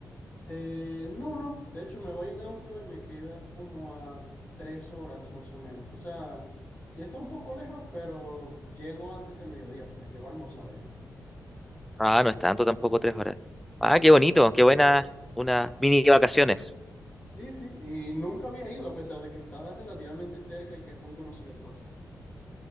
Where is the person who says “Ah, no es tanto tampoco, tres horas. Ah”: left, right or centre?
Centre